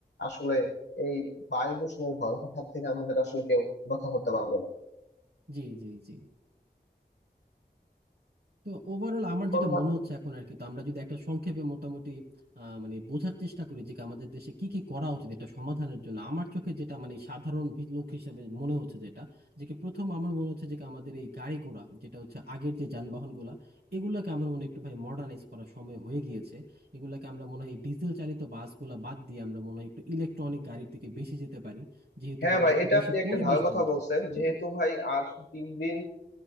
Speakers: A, on the left (about 85°); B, on the right (about 65°).
A: আসলে এই বায়ু দূষণের ভয়ঙ্কর হাত থেকে আমাদের আসলে কেউ রক্ষা করতে পারবে না
B: জি জি জি তো ওভারঅল আমার
A: এখন
B: যেটা
A: ভা-
B: মনে হচ্ছে এখন আর কি তো আমরা যদি একটা সংক্ষেপে মোটামুটি আহ, মানে বোঝার চেষ্টা করি যে কি আমাদের দেশে কি কি করা উচিত এটা সমাধানের জন্য আমার চোখে যেটা মানে সাধারণ ভি- লোক হিসেবে মনে হচ্ছে যেটা যে কি প্রথম আমার মনে হচ্ছে যে কি আমাদের এই গাড়ি ঘোড়া যেটা হচ্ছে আগের যে যানবাহন গুলা এগুলাকে আমার মনে হয় একটু ভাই মডার্নাইজ করার সময় হয়ে গিয়েছে এগুলাকে আমরা মনে হয় ডিজেল চালিত বাসগুলা বাদ দিয়ে আমরা মনে হয় একটু ইলেকট্রনিক গাড়ির দিকে বেশি যেতে পারি যেহেতু
A: হ্যাঁ
B: এগুলো
A: ভাই
B: একটু
A: এটা
B: বেশি
A: আপনি একটা
B: পরিবেশ
A: ভালো কথা
B: বান্ধব
A: বলছেন যেহেতু ভাই আর তিন দিন